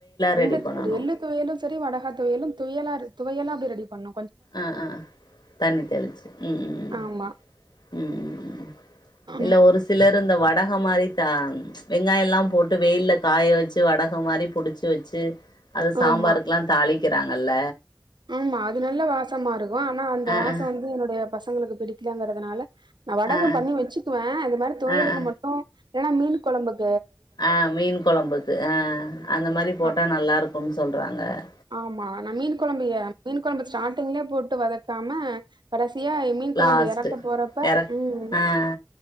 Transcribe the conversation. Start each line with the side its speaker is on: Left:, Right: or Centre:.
Right: <unintelligible>
Left: ரெடி பண்ணணு
Right: எள்ளு தொவையலு பெறி வடகா துவையலு துயலரு துவயலா த ரெடி பண்ணணு
Left: ஆ ஆ ஆ தண்ணி தெளிச்சு ம் ம் ம் ம்
Right: ஆமா
Left: ம் ம் ம் ம்
Right: ஆமா
Left: இல்ல ஒரு சிலரு இந்த வடகமாரி தா வெங்காயெல்லா போட்டு வெயில்ல காய வச்சு ச்சி வடக மாரி புடிச்சு வச்சு அத சாம்பாருக்குல்லா
Right: ஆமா
Left: தாளிக்கிறாங்க நல்ல
Right: ஆமா அது நல்ல வாசமா இருக் கு ஆனா அந்த
Left: ஆ
Right: வாச
Left: ஆ
Right: வந்து என்னுடைய பச பசங்களுக்கு பிடிக்கலாங்கறதுனால நா வடகம்
Left: ஆ ஆ
Right: பண்ணி வச்சுக்குவே இது மாரி துவயலுக்கு
Left: ஆ ஆ
Right: மட்டு இல்லனா மீன் கொழம்புக்
Left: ஆ மீன் கொழம்புக்கு ஆ அந்த மாரிப் போட்டா
Right: ஆ
Left: நல்லாருக்குன் சொல்றாங்க ங்க
Right: ஆமா நா மீன் கொழம்பு ய மீன் கொழம்பு ஸ்டாட் ட்டுமே போட்டு வதக்காம கடைசி சியா மீன் கொழம்பு
Left: லாஸ்ட்டு
Right: எறக்க போறப்ப
Left: எறக்
Right: ம்
Left: ஆ